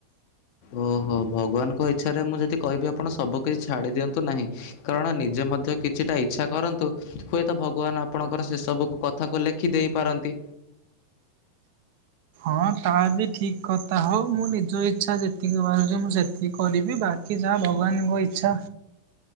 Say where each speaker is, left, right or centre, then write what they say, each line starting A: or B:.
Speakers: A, on the left; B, on the right.
A: ଓହୋ ଭଗବାନଙ୍କ ଇଚ୍ଛାରେ ମୁଁ ଯଦି କହିବି ଆପଣ ସବୁ କିଛି ଛାଡି ଦିଅନ୍ତୁ ନାହିଁ କାରଣ ନିଜେ ମଧ୍ୟ କିଛିଟା ଇଚ୍ଛା କରନ୍ତୁ ହୁଏତ ଭଗବାନ ଆପଣଙ୍କର ସେ ସବୁକୁ କଥା କୁ ଓ ଲେଖି ଦେଇପାରନ୍ତି।
B: ହଁ ତା ବି ଠିକ୍ କଥା ହଉ ମୁଁ ନିଜ ଇଚ୍ଛା ଯେତିକି ବାହାରୁଛି ମୁଁ ସେତିକି କରିବି ବା କି ଯାହା ଭଗବାନଙ୍କ ଇଚ୍ଛା